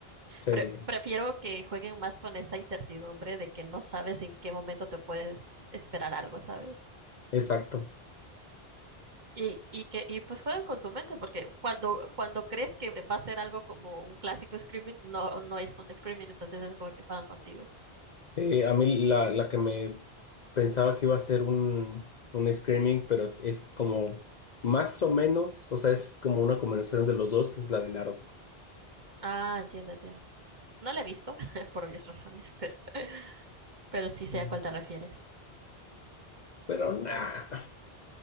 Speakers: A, on the left; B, on the right.
A: Sí,
B: Pre- prefiero que jueguen más con esa incertidumbre de que no sabes en qué momento te puedes esperar algo, ¿sabes?
A: exacto.
B: Y, y que y pues juegan con tu mente, porque cuando, cuando crees que va a ser algo como un clásico Screaming, no, no es un Screaming, entonces es como que juegan contigo.
A: Sí, a mí la, la que me pensaba que iba a ser un, un screaming, pero es como más o menos, o sea, es como una combinación de los dos, es la del aro.
B: Ah, entiendo, entiendo. No la he visto, <laughs> por obvias razones, pero, <laughs> pero sí sé
A: Ujú.
B: a cuál te refieres.
A: Pero no.